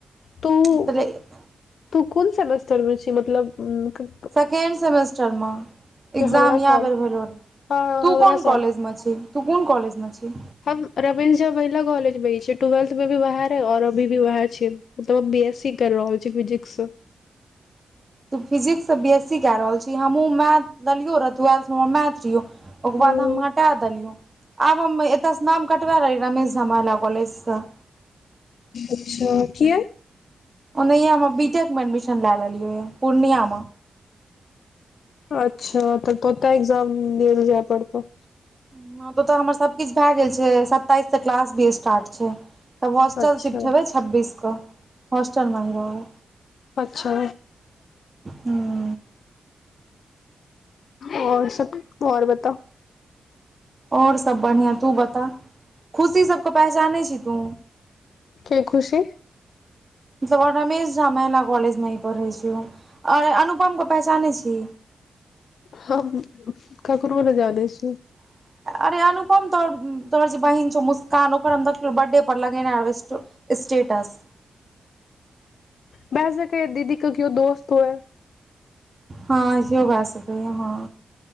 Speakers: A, on the left (about 80°); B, on the right (about 20°).
A: तू
B: <unintelligible>
A: तू कोन सेमेस्टर में छी मतलब उ एखन।
B: सेकेण्ड सेमेस्टर मऽ एकग्जाम
A: हमरा
B: इएह
A: साथ
B: बेर भेलौ र।
A: हँ
B: तू
A: हमरा
B: कोन
A: साथ
B: कॉलेज मे छी तू कोन कॉलज मे छी?
A: हम रमेश झा महिला कॉलेज मे छी टुवेल्थ मे भी वएहे रहे और अभी भी वएहे छै। मतलब अब बी एस सी कर रहल छी फिजिक्स सँ।
B: तू फिजिक्ससँ बी एस सी कए रहल छी हमहूँ मैथ लेलियौ रह टुवेल्थ हमर मैथ रियौ। ओकर
A: हँ
B: बाद हम हटा देलियै आब हम एतयसँ नाम कटबा लेलियै रमेश झा महिला कॉलेजसँ।
A: अच्छा किये?
B: ओनहिये हमे बीटेक मे एडमिशन लेए लेलियौ ये पूर्णिया में।
A: अच्छा तऽ कतऽ एग्जाम दियै लेअ जेएय पड़तौ?
B: हमरा ओतऽ तऽ हमर सबकिछु भए गेल छै सब। तैं तऽ क्लास भी स्टार्ट छै तब होस्टल
A: अच्छा
B: शिफ्ट हेबै छब्बीस कऽ। हॉस्टल मे रहबेै।
A: अच्छा
B: ह।
A: और सब और बता।
B: और सब बढ़िया तू बता। खुशी सब के पहचानै छी तू।
A: के खुशी
B: मतलबऔर रमेश झा महिला कॉलेज मे ही पढ़े छै ओ। अरे अनुपमके पहिचानै छी।
A: हम ककरो नय जानय छी।
B: अरे अनुपम तोह तोहर जे बहिन छौ मुस्कान ओकर हम देखलियो बर्डे पर लगेने रहौ स्टे स्टेटस।
A: भ सकय या दीदी के किओ दोस्त होइ।
B: हँ इओ भए सकैया हँ।